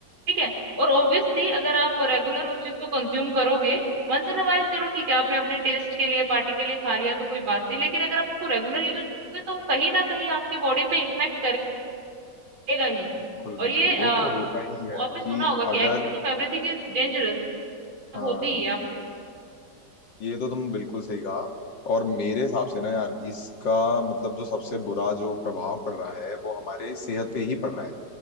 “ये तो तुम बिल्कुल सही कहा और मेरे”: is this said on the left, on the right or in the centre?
Left